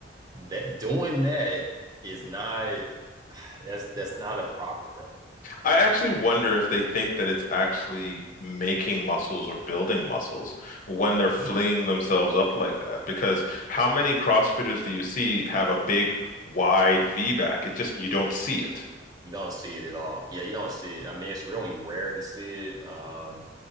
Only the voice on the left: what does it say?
I actually wonder if they think that it's actually making muscles or building muscles when they're flinging themselves up like that. Because how many CrossFitters do you see have a big, wide V back? It just, you don't see it.